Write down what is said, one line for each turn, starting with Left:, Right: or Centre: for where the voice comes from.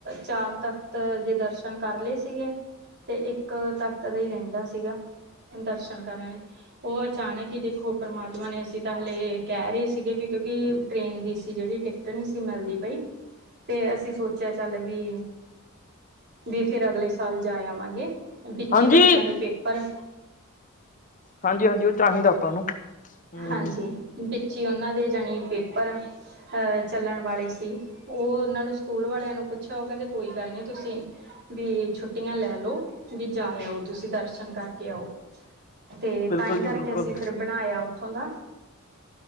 Right: ਚਾਰ ਤਖ਼ਤ ਤ ਦੇ ਦਰਸ਼ਨ ਕਰ ਲਏ ਸੀਗੇ। ਤੇ ਇੱਕ ਤਖ਼ਤ ਦਾ ਹੀ ਰਹਿੰਦਾ ਸੀਗਾ, ਦਰਸ਼ਨ ਕਰਨ ਲਈ। ਉਹ ਅਚਾਨਕ ਹੀ ਦੇਖੋਂ ਪਰਮਾਤਮਾ ਨੇ ਅਸੀਂ ਤਾਂ ਹਲੇੇ ਕਹਿ ਰਹੇ ਸੀਗੇ ਵੀ ਕਿਉਂਕਿ ਟ੍ਰੇਨ ਦੀ ਸੀ ਜਿਹੜੀ ਟਿਕ ਟਿਕਟ ਨਹੀਂ ਸੀ ਮਿਲਦੀ ਪਈ, ਤੇ ਅਸੀਂ ਸੋਚਿਆਂ ਚੱਲ ਵੀ ਵੀ ਫਿਰ ਅਗਲੇ ਸਾਲ ਜਾਏ ਆਵਾਂਗੇ, ਵਿੱਚ
Left: ਹਾਂਜੀ।
Right: ਈ ਬੱਚਿਆਂ ਦੇ ਪੇਪਰ ਏ
Left: ਹਾਂਜੀ ਹਾਂਜੀ, ਉਹ ਚਾਹੀਂਦਾ ਆਪਾਂ ਨੂੰ ਹੂੰ,
Right: ਹਾਂਜੀ, ਵਿੱਚ ਈ ਉਹਨਾਂ ਦੇ ਜਾਣੀ ਪੇਪਰ ਅਹ ਚੱਲਣ ਵਾਲੇ ਸੀ। ਉਹ ਉਹਨਾਂ ਨੂੰ ਸਕੂਲ ਵਾਲਿਆਂ ਨੂੰ ਪੁੱਛਿਆ, ਉਹ ਕਹਿੰਦੇ ਕੋਈ ਗੱਲ ਨੀ ਤੁਸੀਂ ਬੀ ਛੁੱਟੀਆਂ ਲੈ ਲਓ, ਬੀ ਜਾਏ ਆਉ ਤੁਸੀਂ ਦਰਸ਼ਨ ਕਰਕੇ ਆਓ। ਤੇ
Left: ਬਿਲਕੁਲ
Right: ਤਾਂ ਹੀ
Left: ਜੀ
Right: ਕਰਕੇ
Left: ਬਿਲਕੁਲ।
Right: ਅਸੀਂ ਫਿਰ ਬਣਾਇਆ ਉੱਥੋਂ ਦਾ।